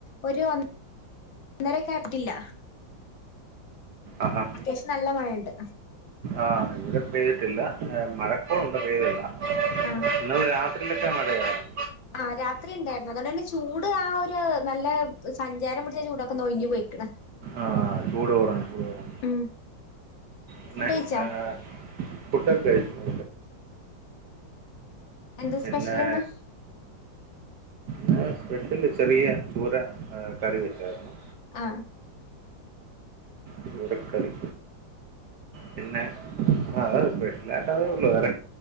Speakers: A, on the left; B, on the right.
A: ഒരു ഒന്നരൊക്കെ കാറ്റില്ല
B: ആഹ
A: അത്യാശ്യം നല്ല മഴയുണ്ട്
B: ആഹ ഇവിടെ പെയ്തിട്ടില്ല മഴ കോൾ ഉണ്ട് പെയ്തില്ല.
A: ആഹ
B: ഇന്നലെ രാത്രിയിലൊക്കെ മഴയായിരുന്നു.
A: ആ രാത്രി ഉണ്ടായിരുന്നു അതുകൊണ്ട് തന്നെ ചൂട് ആ ഒരു നല്ല സഞ്ചാരം പിടിച്ച ചൂടൊക്കെ നൊയിഞ്ഞ് പോയിക്ക്ണ്.
B: ആഹ ചൂട് കുറഞ്ഞു ചൂട് കുറഞ്ഞു
A: ഉം
B: പിന്നെ
A: ഫുഡ് കഴിച്ചാ
B: ആ ഫുഡൊക്കെ കഴിച്ചോ?
A: എന്താ
B: പിന്നെ.
A: സ്പെഷ്യൽ ഇന്ന്
B: ഞൻ സ്പെഷ്യല് ചെറിയ ചൂത കറി വെച്ചായിരുന്നു.
A: ആ
B: ചൂരക്കറി. പിന്നെ ആ സ്പെഷ്യലായിട്ട് അതേ ഒള്ളു വേറെ